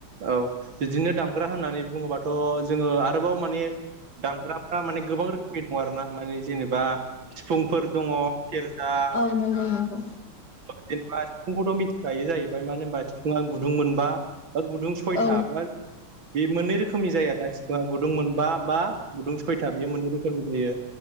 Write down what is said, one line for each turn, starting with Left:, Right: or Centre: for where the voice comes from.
Right: औ बिदिनो दामग्रा होननानै बुङोबाथ' जोङो आ रोबाव माने दामग्राफ्रा माने गोबां रोखोमनि दङ आरो ना माने जेनेबा सिफुंफोर दङ सेरजा
Left: औ नंगौ नंगौ
Right: माखा जेनेबा सिफुंखौथ' मिथिखायो जाहैबाय मानो होनबा सिफुङा गुदुं मोनबा बा गुदुं सयथा
Left: औ
Right: बा बे मोननै रोखोमनि जायो आरोना। सिफुङा गुदुं मोनबा बा गुदुं सयथा बेयो मोननै रोखोमनि जायो।